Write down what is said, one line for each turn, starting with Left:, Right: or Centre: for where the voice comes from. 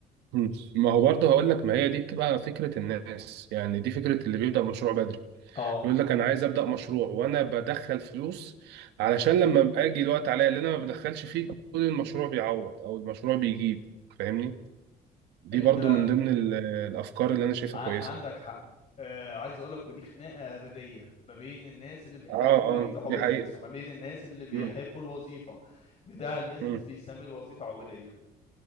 Right: مم. ما هو برضه هقول لك ما هي دي بتبقى فكرة الناس يعني دي فكرة اللي بيبدأ مشروع بدري
Left: اه
Right: يقول لك أنا عايز أبدأ مشروع وأنا بدخل فلوس علشان لما أبقى أجي الوقت عليا اللي أنا ما بدخلش فيه كل المشروع بيعوض أو المشروع بيجيب فاهمني دي
Left: انت
Right: برضه من ضمن ال- آه، الأفكار اللي أنا شايفها
Left: ع-
Right: كويسة
Left: عندك حق آه عايز اقول لك ودي خناقه ابديه ما بين الناس اللي بيحبوا
Right: اه اه
Left: يفتحوا
Right: دي
Left: بيزنس
Right: حقيقة
Left: وما بين الناس اللي بيحبوا
Right: مم.
Left: الوظيفه بتاع البيزنس
Right: مم.
Left: بيسمي الوظيفه عبوديه